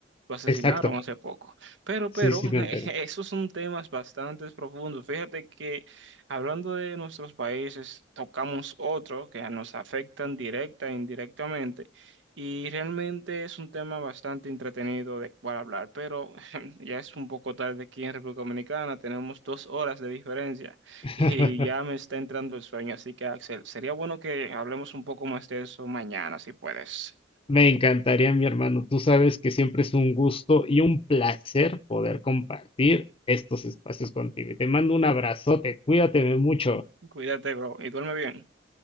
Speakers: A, on the right; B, on the left.
A: Lo asesinaron
B: Exacto.
A: hace poco. Pero,
B: Sí,
A: pero,
B: sí,
A: <laughs>
B: me enteré.
A: esos son temas bastante profundos. Fíjate que hablando de nuestros países, tocamos otro que nos afectan directa e indirectamente. Y realmente es un tema bastante entretenido de cual hablar. Pero <laughs> ya es un poco tarde aquí en República Dominicana. Tenemos dos horas de diferencia.
B: <laughs>
A: Y ya me está entrando el sueño, así que Axel, sería bueno que hablemos un poco más de eso mañana, si puedes.
B: Me encantaría, mi hermano. Tú sabes que siempre es un gusto y un placer poder compartir estos espacios contigo. Y te mando un abrazote. Cuídate mucho.
A: Cuídate, bro, y duerme bien.